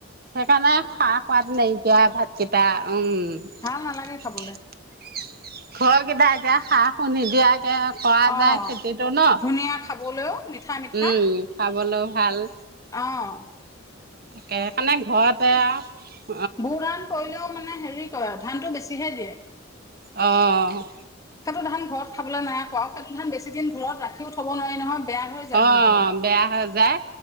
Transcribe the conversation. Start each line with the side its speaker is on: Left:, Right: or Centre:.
Right: সেইকাৰণে খা সোৱাত নাইকিয়া ভাতকেইটা উম',
Left: ভাল নালাগে
Right: ঘৰ
Left: খাবলে।
Right: কেইটা এতিয়া খাহ শুনি দিয়া সেয়া, কৰা
Left: অঁ
Right: যায় খেতিটো ন উম',
Left: ধুনীয়া খাবলৈও মিঠা মিঠা
Right: খাবলৈ ভাল
Left: অ',
Right: তাকে সেইকাৰণে ঘৰতে আৰু
Left: গু ধান কৰিলেও মানে হেৰি কৰেয় ধানতটো বেছিহে দিয়ে।
Right: অঁ',
Left: সটো ধান ঘৰত খাবলৈ নাই খোৱাও সেইটো ধান বেছি দিন ঘৰত ৰাখিও থ'ব নোৱাৰি নহয়। বেয়া হৈ যায়
Right: অ',
Left: ধানটো
Right: বেয়া হৈ যায়